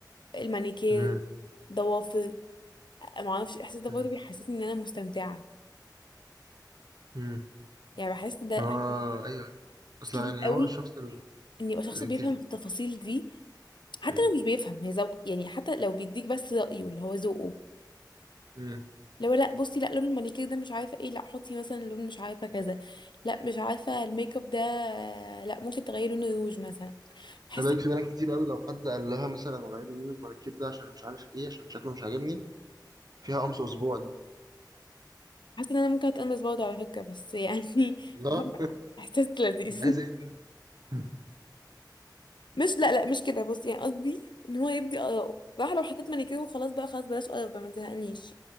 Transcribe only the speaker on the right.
مم.
مم.
مم.
ما ايوه اصلا
يعني
هو الشخص ال-
اللي
انت بت...
مم.
مم.
فبالك في بنات كتير قوي لو حد قال لها مثلا غير لي لون المراكيب ده عشان مش عارف ايه عشان شكله مش عاجبني فيها قمص اسبوع دي
الله
انت عايز ايه دي؟ <laughs>